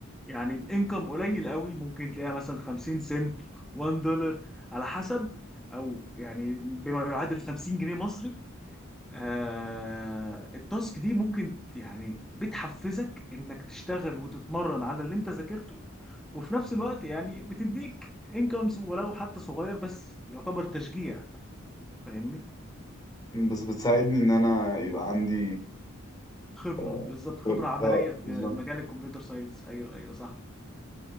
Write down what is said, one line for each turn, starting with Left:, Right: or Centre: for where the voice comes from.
Centre: يعني بانكم قليل قوي ممكن تلاقيها مثلا 50 سنت 1 دولار على حسب او يعني بما يعادل 50 جنيه مصري آه التاسك دي ممكن يعني بتحفزك انك تشتغل وتتمرن على اللي انت ذاكرته وفي نفس الوقت يعني بتديك انكمز ولو حتى صغير بس يعتبر تشجيع فاهمني
Left: مم، بس بتساعدني إن أنا يبقى عندي
Centre: خبرة
Left: آه،
Centre: بالظبط خبرة
Left: خب-
Centre: عملية
Left: آه، بالظبط
Centre: في مجال الكمبيوتر ساينس أيوه أيوه صح